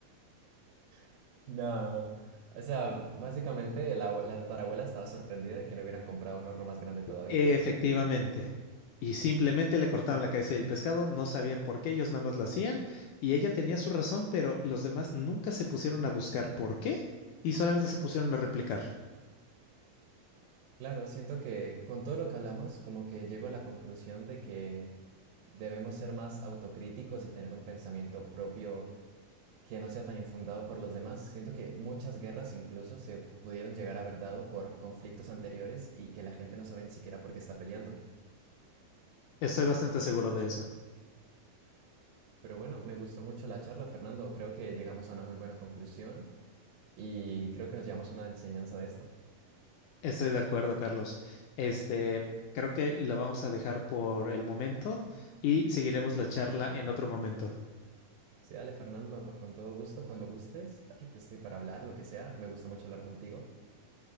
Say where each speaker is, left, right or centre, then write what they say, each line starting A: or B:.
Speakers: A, on the right (about 85°); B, on the left (about 85°).
A: <laughs> no. O sea, básicamente la, abue- la tatarabuela estaba sorprendida de que no hubieran comprado un horno más grande todavía.
B: Efectivamente. Y simplemente le cortaron la cabeza y el pescado, no sabían por qué, ellos nada más lo hacían y ella tenía su razón, pero los demás nunca se pusieron a buscar por qué y solamente se pusieron a replicar.
A: Claro, siento que con todo lo que hablamos, como que llego a la conclusión de que debemos ser más autocríticos y tener un pensamiento propio que no sea tan infundado por los demás. Siento que muchas guerras incluso se pudieron llegar a haber dado por conflictos anteriores y que la gente no sabe ni siquiera por qué está peleando.
B: Estoy bastante seguro de eso.
A: Pero bueno, me gustó mucho la charla, Fernando. Creo que llegamos a una muy buena conclusión y creo que nos llevamos una enseñanza de esto.
B: Estoy de acuerdo, Carlos. Este, creo que lo vamos a dejar por el momento y seguiremos la charla en otro momento.
A: Sí, dale, Fernando, con con todo gusto, cuando gustes. Aquí estoy para hablar, lo que sea. Me gusta mucho hablar contigo.